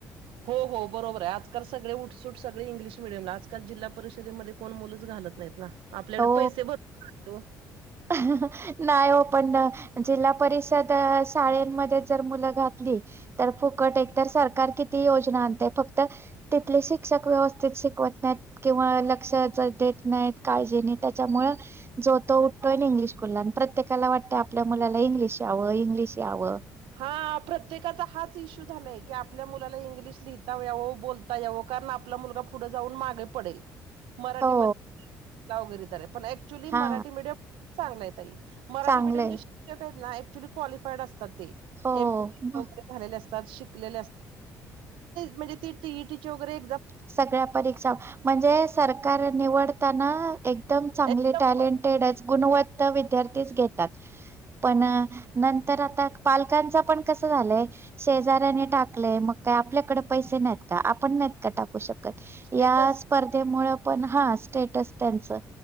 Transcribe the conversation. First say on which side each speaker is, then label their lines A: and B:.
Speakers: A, on the right; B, on the right.
A: हो हो बरोबर आहे आजकाल सगळे उठसुट सगळे इंग्लिश मिीडियमला आजकाल जिल्हा परिषदेमध्ये कोण मुलच घालत नाहीत ना आपल्याकडे
B: हो
A: पैसे भरपूर आहेत ओ.
B: नाही हो पण जिल्हा परिषद शाळेमध्ये जर मुलं घातली तर फुकट एक तर सरकार किती योजना आणते फक्त तिथले शिक्षक व्यवस्थित शिकवत नाहीत किंवा लक्ष देत नाहीत काळजी नाही त्याच्यामुळे जोतो उठतोय इंग्लिशकुलला प्रत्येकाला वाटते आपल्या मुलाला इंग्लिश यावं इंग्लिश यावं.
A: हा प्रत्येकाचा हाच इश्यू झालाय की आपल्या मुलाला इंग्लिश लिहिता यावं बोलता यावं कारण आपला मुलगा पुढं जाऊन मागे पडेल. मराठीमध्ये
B: हो
A: वगैरे तर आहे पण ऍक्च्युली मराठी
B: हा
A: मीडियम चांगलाय त मराठी
B: चांगलंय
A: मीडियम शिक्षक आहेत. क््युली क्लिफाड असतात ते.
B: हो
A: एम
B: मग
A: ल झालेले अस. असातली म्ह वरे
B: सगळ्या परीक्षा म्हणजे सरकार निवडताना एक. एकदम चांगले
A: एकदम
B: टॅलेंटेडच गुणवत्ता विद्यार्थीच घेतात. पण नंतर आता पालकांचा पण कसं झालंय. शेजऱ्यानी टाकले मग काही आपल्याकडे पैसे नाहीत का आपण. कटाकू शको.
A: स्टेटस
B: या स्पर्धेमुळे पण हा स्टेटस त्यांचं